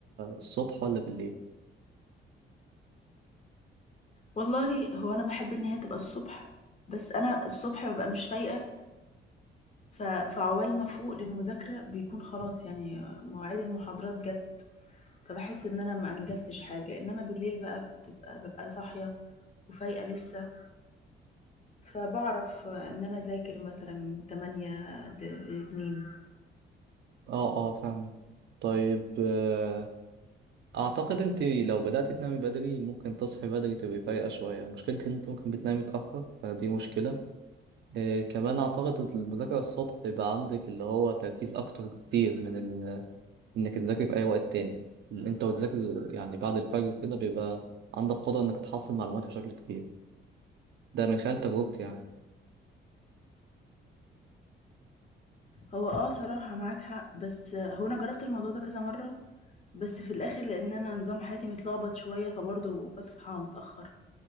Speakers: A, on the right; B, on the left.
A: الصبح ولا بالليل؟
B: والله هو انا بحب ان هي تبقى الصبح بس انا الصبح ببقى مش فايقه ف... فعوال ما فوق للمذاكره بيكون خلاص يعني مواعيد المحاضرات جت فبحس ان انا ما انجزتش حاجه انما بالليل بقى بتبقى ببقى صاحيه وفايقه لسه فبعرف ان انا اذاكر مثلا من 8 ل- لاتنين
A: اه اه فاهمك طيب آه، اعتقد انت لو بدأتي تنامي بدري ممكن تصحي بدري تبقي فايقة شوية مشكلتك ان انت ممكن بتنامي متأخر فدي مشكلة آه، كمان اعتقد المذاكرة الصبح بيبقى عندك اللي هو تركيز اكتر بكتير من ال... انك تذاكري في اي وقت تاني اللي انت وتذاكر يعني بعد الفجر كده بيبقى عندك قدرة انك تحصل معلومات بشكل كبير ده من خلال تجربتي يعني
B: هو اه صراحة معاك حق بس هو انا جربت الموضوع ده كذا مرة بس في الاخر لان انا نظام حياتي متلخبط شوية فبرضه بصحى متأخر